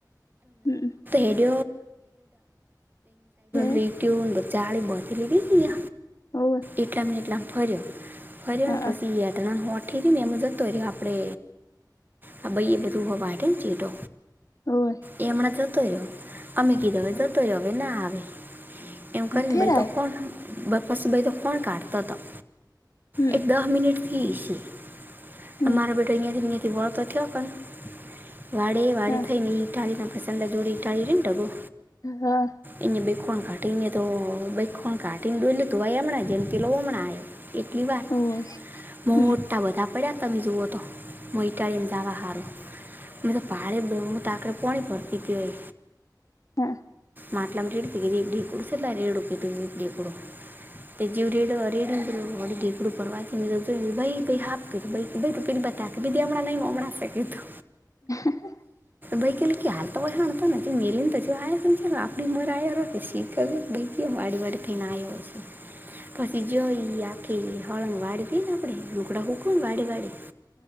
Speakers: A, on the left; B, on the right.
A: હમ
B: અ એ દ સાડ
A: હે
B: બતી લી
A: હોવે
B: એટલા એટલા ફર્યો ફર્યો
A: હઅ
B: ને પછી યાત્ર હો ઠીક ને એમાં જતો હો રહ્યો આપણે આ ભાઈ એ બધું હોવાને ચીટો
A: હોવે
B: એ હમણાં થતો રહ્યો અમેી કીધોવે દતોય હવે ના આવે એમ કરીને
A: ફેર
B: ભાઈ
A: આયો
B: તો કોણ પસી ભાઈ તો કોણ કાઢતા હતા
A: હમ
B: એક દહ મિનિટથીસી
A: હમ
B: તમામારો બેટો અહિયાં થી અંથી વળતો થયો પણ વાળે વાડે
A: હા
B: થઈને ટાળીને ખસંદા દૂડી ટાળી ર ટ ગો
A: હા
B: એયા બે ખણ કાટીને તો બેણ કાટીને દ લીધું હોય હમણાં જેમથી લો હમણાં આ એટલી વાર
A: હોવે
B: મોટા
A: એવું હોય દેડકું બેડકું
B: બધા પડ્યા તમે જુઓ તો મઈટાળીને વા સારું મે તો ભાારેેું ત આકરે પોણી ભરતી હતીય
A: હા
B: માટલામ રેડ પી ગ કડીકડું સર લ ર એડ પીડીકડું જેીવ રેડ રેડ ઢીગડું પરવાથી ભ ભ હા તું પે બતા દીદી નમકેું
A: હ
B: ભાઈ કે કે હાલ તોછણતો ને મેલીને આપડી ઉર શીખ ભ વાડી વાડી થઈને આવ્યો હશે પછી જોઈ આખી હળંગ વાડી થઈ ને આપડે રુકડા ખુક બડે બાડે